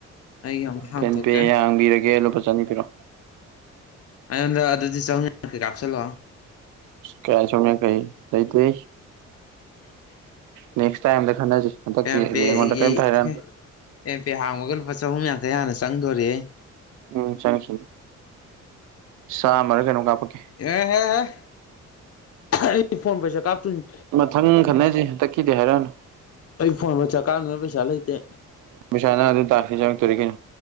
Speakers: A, on the left; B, on the right.
A: ꯑꯩꯒꯤ ꯑꯃꯨꯛ ꯍꯥꯡꯇꯣꯛꯀꯦ
B: ꯐꯦꯟ ꯄꯦ ꯍꯥꯡꯕꯤꯔꯒꯦ ꯂꯨꯄꯥ ꯆꯅꯤ ꯄꯤꯔꯣ
A: ꯑꯩꯉꯣꯟꯗ ꯑꯗꯨꯗꯤ ꯆꯪꯅꯤ ꯀꯩ ꯀꯥꯞꯁꯤꯜꯂꯣ
B: ꯀꯌꯥ ꯁꯅ ꯀꯩ ꯂꯩ ꯇ ꯅꯁ ꯇꯥꯏꯝꯗ ꯈꯟꯅꯁꯤ ꯍꯟꯗꯛ
A: ꯑꯦꯝ ꯄꯦꯒꯤ
B: ꯑꯩꯉꯣꯟꯗ ꯀꯔꯤꯝꯇ ꯍꯥꯏꯔ
A: ꯑꯦꯝ ꯄꯦ ꯍꯥꯡꯕꯒ ꯂꯨꯄꯥ ꯆꯍꯨꯝ ꯌꯥꯡꯈꯩ ꯍꯥꯟꯅ ꯆꯪꯗꯣꯔꯦꯍꯦ
B: ꯎꯝ ꯆꯉꯁꯤ ꯆꯥꯃ ꯀꯩꯅꯣꯝ ꯀꯥꯞꯄꯛꯀꯦ
A: ꯑꯦꯍꯦꯍꯦ ꯑꯩ ꯐꯣꯟ ꯄꯩꯁꯥ ꯀꯥꯞꯇꯣꯏꯅꯤ
B: ꯃꯊꯪ ꯈꯟꯅꯁꯤ ꯍꯟꯇꯛꯈꯤꯗꯦ ꯍꯥꯏꯔꯛꯑꯅꯨ
A: ꯑꯩ ꯐꯣꯟ ꯄꯩꯁꯥ ꯀꯥꯞꯅꯕ ꯄꯩꯁꯥ ꯂꯩꯇꯦ
B: ꯁꯅ ꯑꯗꯨ ꯑꯗꯨ ꯇꯥ ꯇꯧꯔꯀꯅꯤ